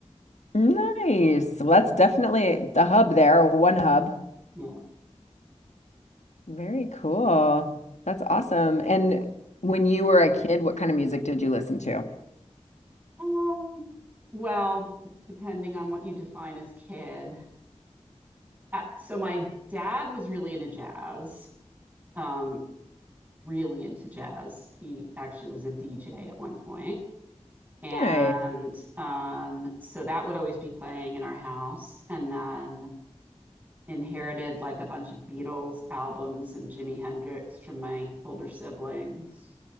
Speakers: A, on the left; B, on the right.
A: Nice. Well, that's definitely the hub there, or one hub.
B: yeah
A: Very cool. That's awesome. And when you were a kid, what kind of music did you listen to?
B: um, well depending on what you define as kid uh, so my dad was really into jazz um really into jazz he actually was a dj at one point And
A: Nice.
B: um, so that would always be playing in our house. And then inherited like a bunch of Beatles albums and Jimi Hendrix from my older siblings.